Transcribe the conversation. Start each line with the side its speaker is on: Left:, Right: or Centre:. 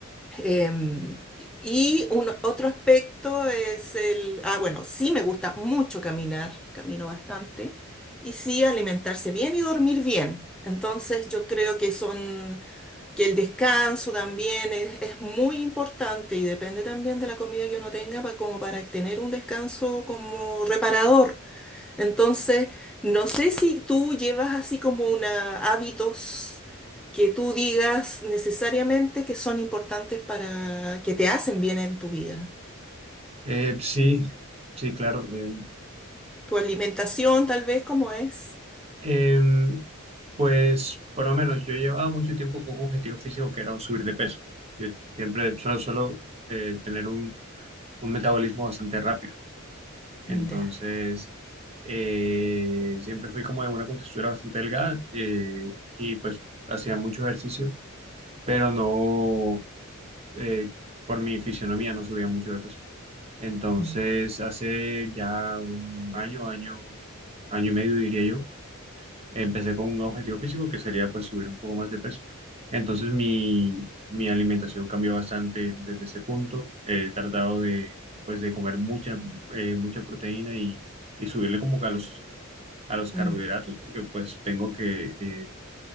Centre: em, y un, otro aspecto es el, ah, bueno, sí me gusta mucho caminar, camino bastante, y sí alimentarse bien y dormir bien. Entonces, yo creo que son que el descanso también es, es muy importante y depende también de la comida que uno tenga pa- como para tener un descanso como reparador. Entonces, no sé si tú llevas así como una hábitos que tú digas necesariamente que son importantes para que te hacen bien en tu vida.
Right: Eh, sí, sí, claro. em,
Centre: Tu alimentación tal vez como es.
Right: em, pues por lo menos yo llevaba mucho tiempo con un objetivo físico que era subir de peso. Yo siempre solo, solo eh, tener un, un metabolismo bastante rápido. Entonces,
Centre: Ya.
Right: eh, siempre fui como de una contextura bastante delgada eh, y pues hacía mucho ejercicio, pero no, eh, por mi fisionomía no subía mucho de peso. Entonces,
Centre: Mm,
Right: hace ya un año, año, año y medio diría yo, Empecé con un objetivo físico que sería pues subir un poco más de peso. Entonces mi, mi alimentación cambió bastante desde ese punto. He tratado de pues de comer mucha, eh, mucha proteína y, y subirle como que a los, a los carbohidratos
Centre: mm,
Right: porque pues tengo que eh,